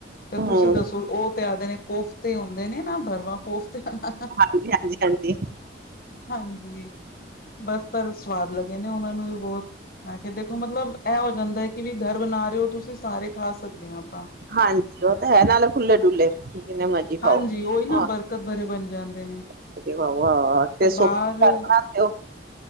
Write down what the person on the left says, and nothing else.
ਤੇ
ਤੁਸੀਂ ਦੱਸੋ? ਉਹ ਤੇ ਆਦੇ ਨੇ ਕੋਫਤੇ ਹੁੰਦੇ ਨੇ ਨਾ ਭਰਵਾ ਕੋਫਤੇ ਹਨ ਨਾ
ਹਾਂਜੀ ਬਸ ਪਰ ਸਵਾਦ ਲੱਗੇ ਨੇ ਉਹਨਾਂ ਨੂੰ ਵੀ ਬਹੁਤ ਮੈਂ ਕਿਹਾ ਦੇਖੋ ਮਤਲਬ ਇਹ ਹੋ ਜਾਂਦਾ ਹੈ ਕਿ ਵੀ ਘਰ ਬਣਾ ਰਹੇ ਹੋ ਤੁਸੀਂ ਸਾਰੇ ਖਾ ਸਕਦੇ ਹ ਆਪਾਂ।
ਹਾਂਜੀ,
ਉਹੀ ਨਾ ਬਰਕਤ ਭਰੇ ਬਣ ਜਾਂਦੇ ਨੇ।
ਤੇ ਬਾਹਰ